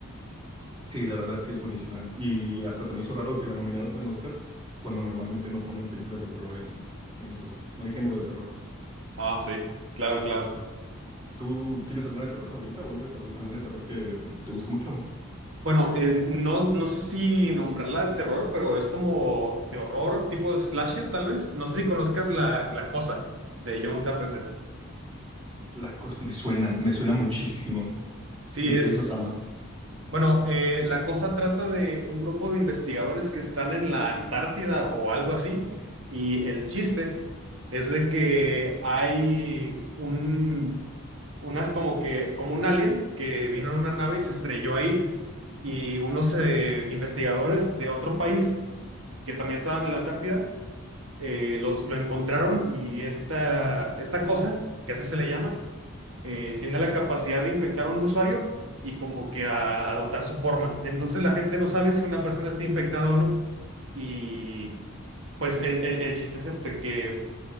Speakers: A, on the right (about 25°); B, on the right (about 70°).
A: Sí, la verdad sí es buenísima. Y hasta se me hizo raro que la nominaron en Oscars, cuando normalmente no ponen películas de terror en, en los Oscars. No hay género de terror.
B: Ah, sí, claro, claro.
A: ¿Tú tienes alguna de terror favorita o algo de terror- alguna de terror que te guste mucho?
B: Bueno, eh, no, no sé si nombrarla de terror, pero es como de horror, tipo slasher, tal vez. No sé si conozcas la, la cosa de John Carpenter.
A: La cosa me suena, me suena muchísimo.
B: Sí,
A: ¿De
B: es.
A: qué es la trama?
B: Bueno, eh, la cosa trata de un grupo de investigadores que están en la Antártida o algo así, y el chiste es de que hay un, unas como que, como un alien que vino en una nave y se estrelló ahí, y unos eh, investigadores de otro país que también estaban en la Antártida, eh, los, lo encontraron y esta, esta cosa, que así se le llama, eh, tiene la capacidad de infectar a un usuario y como que a adoptar su forma. Entonces la gente no sabe si una persona está infectada o no. Y pues el, el- el chiste es este, que